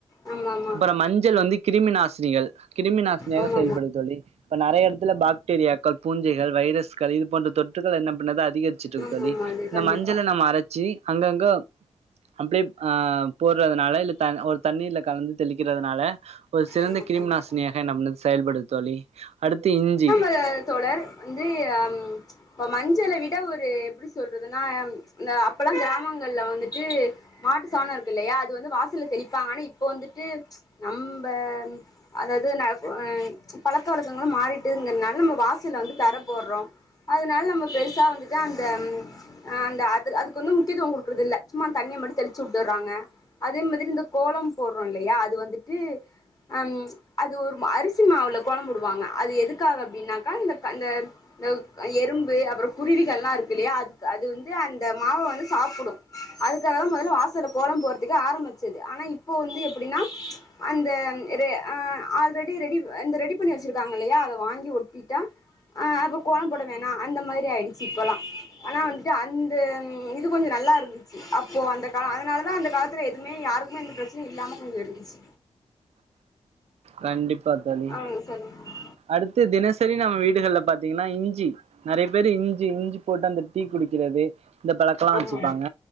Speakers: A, on the left (about 35°); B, on the right (about 85°).
A: ஆமா ஆமா
B: அப்பறோ மஞ்சள் வந்து கிருமி நாசினிகள் கிருமி நாசினியாக
A: ஆமா
B: செயல்படுது தோழி இப்ப நெறைய எடத்துல பாக்டீரியாக்கள், பூஞ்சைகள், வைரஸ்கள் இது போன்ற தொற்று கள் என்ன பண்ணது அதிகர்ச்சுட்ருக்கு
A: ஆமா கண்டிப்பா ஆ ஆமா
B: தோழி
A: ஆமா அது
B: இந்த
A: கண்டிப்பா
B: மஞ்சள நம்ம அரச்சி அங்கங்க அப்டியே அ போடுறதுனால இல்ல த ஒரு தண்ணீல கலந்து தெளிக்கிறதுனால ஒரு சிறந்த
A: ஆமா
B: கிருமி
A: கண்டிப்பா
B: நாசினியாக என்ன பண்ணுது செயல்படுது தோழி அடுத்து இஞ்சி
A: ஆ தோழர் வந்து அம்ச் இப்ப மஞ்சள விட ஒரு எப்படி சொல்றதுன்னா ம்ச் இந்த அப்பல்லா கிராமங்கள்ல வந்துட்டு மாட்டு சாணோ இருக்குல்லயா அது வந்து வாசல்ல தெளிப்பாங்க ஆனா இப்ப வந்துட்டு ம்ச் நம்ப அதாது நா <unintelligible> ம்ச் பழக்க வழக்கங்களு மாறிட்டுங்கறனால நம்ம வாசல்ல வந்து தர போடுறோ அதுனால நம்ம பெருசா வந்துட்டு அந்தம் ஆ அந்த அது அதுக்கு வந்து முக்கியத்துவோ குடுக்குறது இல்ல சும்மா தண்ணிய மட்டு தெளிச்சுட்டுறாங்க அதே மாதிரி இந்த கோலம் போடுறோ இல்லையா அது வந்துட்டு அம் அது ஒரு மா அரிசி மாவுல கோலம் போடுவாங்க அது எதுக்காக அப்டின்னாக்கா இந்தக் அந்த <unintelligible> அ எறும்பு அப்புறோ குருவிகளா இருக்கு இல்லையா அதுக்கு அது வந்து அந்த மாவ வந்து சாப்புடு அதுக்கா தா மொதல்ல வாசல கோலம் போறதுக்கே ஆரம்பிச்சது ஆனா இப்போ வந்து எப்புடின்னா ம்ச் அந்தம் இரே அ ஆல்ரெடி ரெடி இந்த ரெடி பண்ணி வச்சிருக்காங்கல்லயா அத வாங்கி ஒட்டிட்டா ஆ அப்ப கோலம் போட வேணா அந்த மாதிரி ஆயிடுச்சு இப்பல்லா ஆனா வந்துட்டு அந்த இது கொஞ்ச நல்லாருந்து அப்போ அந்த கால அதுனால தா அந்த காலத்துல எதுமே யாருக்மே எந்த பிரச்சனையு இல்லாமகு இருஞ்சு
B: கண்டிப்பா தோழி
A: ஆ சொல்லுங்க
B: அடுத்து தினசரி நம்ம வீடுகள்ல பாத்தீங்கன்னா இஞ்சி நெறைய பேரு இஞ்சி இஞ்சி போட்டு அந்த டீ குடிக்கிறது அந்த பழக்கெல்லா
A: ஆமா
B: வச்சுப்பாங்க